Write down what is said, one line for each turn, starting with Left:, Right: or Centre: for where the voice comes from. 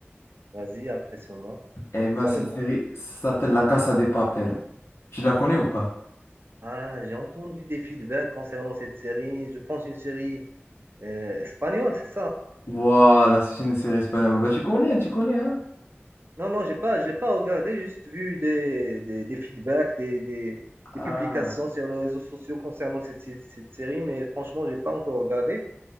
Right: Vas-y, impressionnant.
Left: Et ben,
Right: C'est quoi
Left: cette
Right: le nom?
Left: série s'appelle La Casa des Papel. Tu la connais ou pas?
Right: Ah, j'ai entendu des feedbacks concernant cette série. Je pense une série euh, espagnole, c'est ça?
Left: Voilà, c'est une série espagnole.
Right: Oui.
Left: Bah, tu connais, tu connais, hein?
Right: Non, non, j'ai pas, je l'ai pas regardé, juste vu des, des, des feedbacks, des, des, des
Left: Ah.
Right: publications sur les réseaux sociaux concernant cette, cette, cette série, mais franchement, j'ai pas encore regardé.